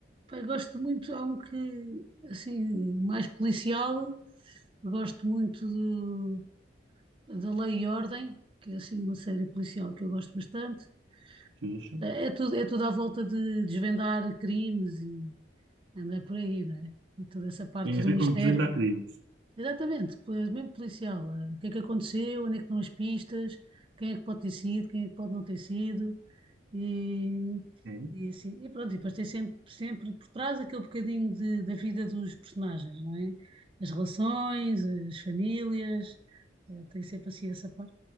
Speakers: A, on the right; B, on the right.
A: Pá, gosto muito, há um que, assim, mais policial, gosto muito do- da Lei e Ordem, que é assim uma série policial que eu gosto bastante.
B: Veja.
A: É é tudo, é tudo à volta de desvendar crimes e andar por aí, não é? É toda essa parte
B: Tem a
A: do
B: ver
A: mistério.
B: com desvendar Hum. crimes.
A: Exatamente, pois, mesmo policial. eh, O que é que aconteceu, onde é que estão as pistas, quem é que pode ter sido, quem é que pode não ter sido. E,
B: É?
A: e assim, e pronto, e depois tem sempre, sempre por trás aquele bocadinho de- da vida dos personagens, não é? As relações, as famílias, eh, tem sempre assim essa parte.